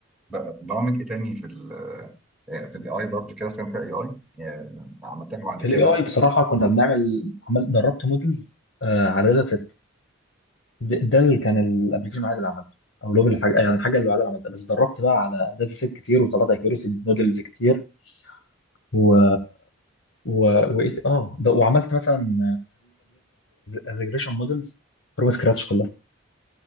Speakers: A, in the centre; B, on the left (about 60°).
A: بقى برامج ايه تاني في ال في الاي اي برضو كده مثلا فيها اي اي عملتها بعد
B: في
A: كده
B: الاي اي
A: أو-
B: بصراحه كنا بنعمل عمل دربت مودلز على داتا سيت ده ده اللي كان الابلكيشن الوحيد اللي عملته او لوب الحاجه يعني الحاجه اللي بعدها عملتها بس دربت بقى على داتا سيت كتير وطلعت اكيورسي مودلز كتير و و وايه اه ده وعملت مثلا الريجريشن مودلز فروم سكراتش كلها